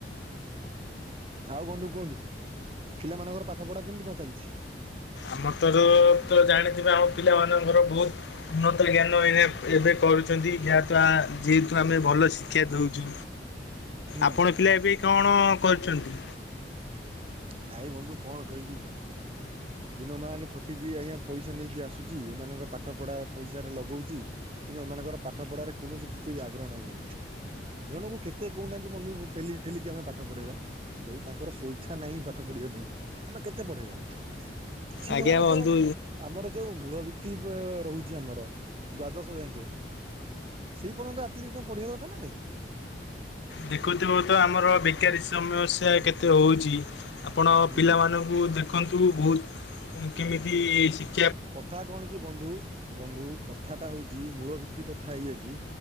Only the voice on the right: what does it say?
ଆଉ ବନ୍ଧୁ କୁହନ୍ତୁ ପିଲାମାନଙ୍କର ପାଠ ପଢ଼ା କେମିତି କଣ ଚାଲିଛି?
ହୁଁ
ନାଇଁ ବନ୍ଧୁ କଣ କହିବି ଦିନ ମ ଖଟିକି ଆଜ୍ଞା ପଇସା ନେଇକି ଆସୁଛି ଏମାନଙ୍କ ପାଠ ପଢା ପଇସାରେ ଲଗାଉଛି କିନ୍ତୁ ଏମାନଙ୍କର ପାଠ ପଢାରେ କୌଣସି ଟିକେ ବି ଆଗ୍ରହ ନାହିଁ ବନ୍ଧୁ ଜଣଙ୍କୁ କେତେ କହୁନାହାନ୍ତି ବନ୍ଧୁ ପେିକ ଠେଲିକି ଆମେ ପାଠ ପଢେଇବା ଯଦି ତାଙ୍କର ସ୍ଵଇଛା ପା ନାହିଁ ପାଠ ପଢ଼ିବା ପାଇଁ ଆମେ କେତେ ପଢ଼େଇବା କିଛି
ନହେଲେ
ତ ଆମର ଯୋଉ ମୂଳ ଭିତ୍ତି ରହୁଛି। ଦାଶ ଯଙ୍କ ସେ ପର୍ଯ୍ୟନ୍ତ ଆଟଲିଷ୍ଟ ଓଢିବା କଥା ନା ନାଇଁ?
ହୁଁ।
କଥା କଣ କି ବନ୍ଧୁ ବନ୍ଧୁ କଥାଟା ହଉଛି,। ଯି ମୂଳ ଭିତ୍ତି କଥା ଏଇଆ କି